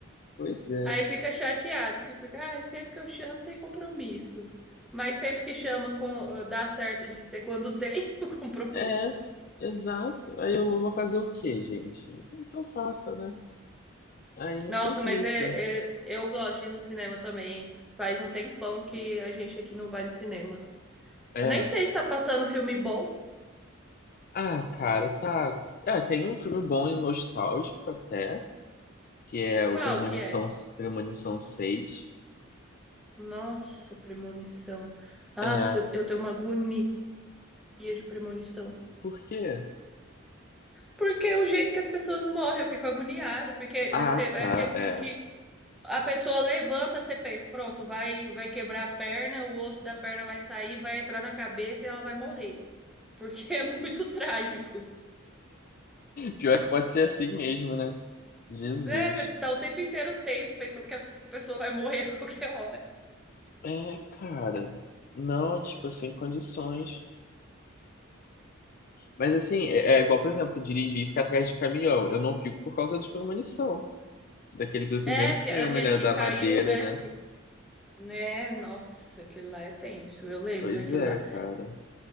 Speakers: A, on the left (about 45°); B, in the centre.
A: pois é.
B: Aí fica chateado que fica, ai, sempre que eu chamo tem compromisso. Mas sempre que chama com dá certo de ser quando tem <laughs> o compromisso.
A: É, exato. Aí eu vou fazer o quê, gente? O que eu faço, né? Aí me
B: Nossa,
A: complica.
B: mas é, é- eu gosto de ir no cinema também. Faz um tempão que a gente aqui não vai no cinema.
A: É.
B: Eu nem sei se tá passando filme bom.
A: Ah, cara, tá. É, tem um filme bom e nostálgico até, que é
B: Qual
A: o Premonição,
B: que é?
A: Premonição seis
B: Nossa, premonição. Ah,
A: É,
B: eu eu tenho uma agonia de premonição.
A: por quê?
B: Porque é o jeito que as pessoas morrem, eu fico agoniada. Porque
A: Ah,
B: você- é
A: tá,
B: aquele filme
A: é.
B: que a pessoa levanta, você pensa, pronto, vai, vai quebrar a perna, o osso da perna vai sair, vai entrar na cabeça e ela vai morrer. Porque é muito <laughs> trágico.
A: Pior que pode ser assim mesmo, né? Jesus.
B: É, você tá o tempo inteiro tenso, pensando que a pessoa vai morrer a qualquer hora.
A: É, cara. Não, tipo, sem condições. Mas assim, é, é igual, por exemplo, você dirigir e ficar atrás de caminhão. Eu não fico por causa de premonição. Daquele do primeiro
B: É,
A: filme,
B: que- aquele
A: né?
B: que
A: Da
B: caiu,
A: madeira,
B: né?
A: né?
B: Que, né? Nossa, aquele lá é tenso. Eu lembro
A: Pois
B: daquele
A: é,
B: lá.
A: cara.